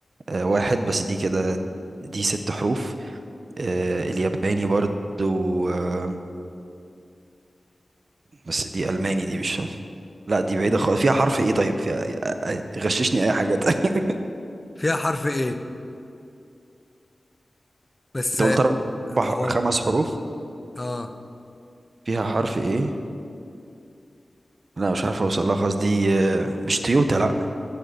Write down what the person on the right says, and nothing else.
آه واحد بس دي كده دي ست حروف آه، الياباني برضو آه، بس دي ألماني دي مش لا دي بعيدة خالص فيها حرف ايه طيب فيها آه، آه، غششني اي حاجة تانية <laughs>
انت
قلت اربع
خمس حروف
فيها حرف ايه لا مش عارف اوصل لها خالص دي آه، مش تويوتا لا